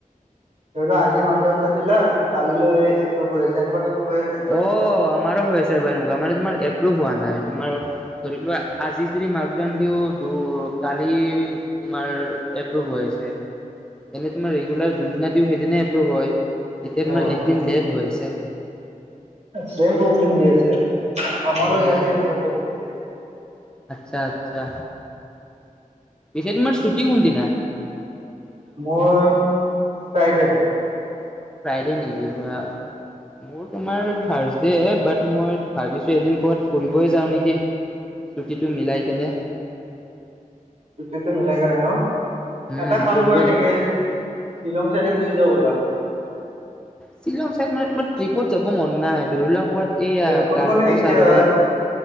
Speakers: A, on the right; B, in the centre.
A: ধৰিলোৱা আজি মাকডাউনটো দিলা কালিলৈ এপ্ৰোভ হৈ আছে এনেকুৱা টাইপৰ হৈ আছে নেকি?
B: অ' আমাৰো হৈ আছে এবাৰ এনেকুৱা মানে তোমাৰ। এপ্ৰোভ হোৱা নাই, তোমাৰ ধৰি লোৱা আজি যদি মাপডাওন দিওঁ টোৰ কালি তোমাৰ এপ্ৰোভ হৈ আছে, এনে তোমাৰ ৰেগুলাৰ যোনদিনা দিওঁ, সেইদিনাই এপ্ৰোভ হয়। এতিয়া তোমাৰ
A: অ
B: একদিন লেট হয় আছে।
A: ছেম প্ৰব্লেম দি আছে আমাৰো
B: উম।
A: ইয়াতে এনেকুৱ প্ৰব্লেম দি আছে।
B: আচ্ছা, আচ্ছা। পিছে তোমাৰ ছুটি কোন দিনা
A: মোৰৰ ফ্ৰাইডেৰ।
B: ফ্ৰাইডেৰ নেকি, মোৰ তোমাৰ থাৰচ দে বাট মই ভাবিছোঁ, এদিন ক'ৰবাত ফুৰিবই যাওঁ নেকি। ছুটিটো মিলাই কিনে।
A: ছুটি টো মিল কেনে ন।
B: উম
A: এটা কাম
B: ফুৰিব
A: কৰোঁ
B: যাম।
A: নেকি শ্বিলং চাইডে গুচি যাওঁ ব'লা।
B: শ্বিলং চাইত মানে তোমাৰ ট্ৰিপত যাব মন নাই ধৰি লোৱা ক'ৰবাত। এইয়া
A: তে ক'ত
B: গা
A: মানে
B: ধুব
A: এতিয়া
B: চা ধুব